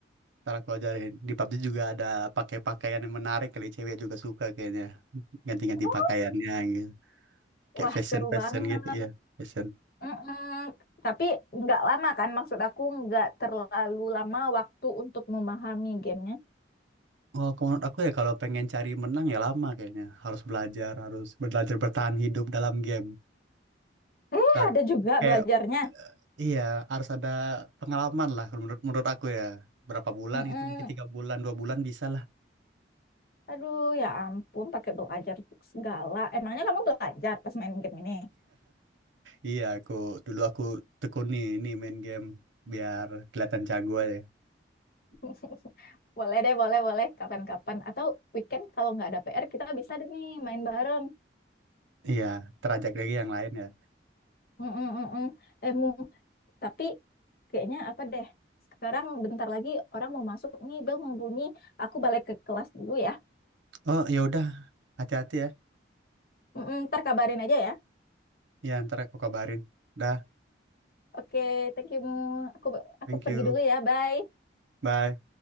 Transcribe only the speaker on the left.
Oh,
Wah,
seru
banget.
Mm-mm. Tapi nggak lama kan, maksud aku nggak terlalu lama waktu untuk memahami gamenya.
Eh,
ada juga
belajarnya.
Mm-mm.
Aduh, ya ampun, pakai belajar segala. Emangnya kamu belajar pas main game ini?
<laughs> Boleh deh, boleh, boleh. Kapan-kapan. Atau weekend kalau nggak ada PR, kita bisa deh nih main bareng.
Mm-mm-mm. Eh, Mu, tapi kayaknya apa deh? Sekarang bentar lagi orang mau masuk nih, bel mau bunyi. Aku balik ke kelas dulu ya.
Mm-mm, ntar kabarin aja ya.
Oke, thank you Mu. Aku aku
pergi
dulu ya. Bye.